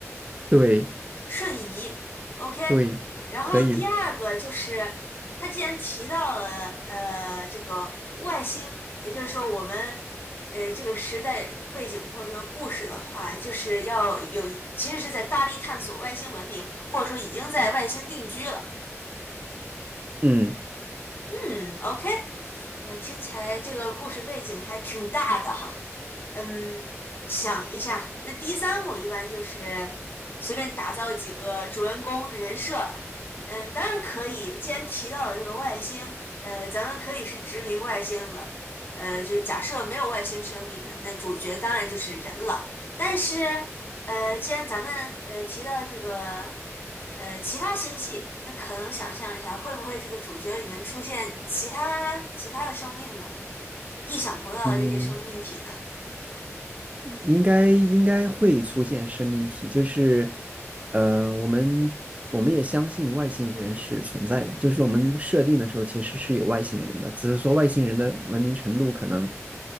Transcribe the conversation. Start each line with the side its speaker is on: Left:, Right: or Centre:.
Right: 对
Left: 瞬移，OK。
Right: 对，
Left: 然后第二个就是，
Right: 可以，
Left: 他既然提到了呃这个外星，也就是说我们呃这个时代背景或者说故事的话，就是要有其实是在大力探索外星文明，或者说已经在外星定居了。
Right: 嗯
Left: 嗯，OK。呃，听起来这个故事背景还挺大的哈。嗯，想一下，那第三幕一般就是随便打造几个主人公人设吧。嗯，当然可以。既然提到了这个外星，呃，咱们可以是殖民外星的。呃，就假设没有外星生命的，那主角当然就是人了。但是，呃，既然咱们呃提到这个。呃，其他星系，那可能想象一下，会不会这个主角里面出现其他其他的生命呢？意想不到的这些生命体呢
Right: 嗯。应该应该会出现生命体，就是，呃，我们我们也相信外星人是存在的，就是我们设定的时候其实是有外星人的，只是说外星人的文明程度可能，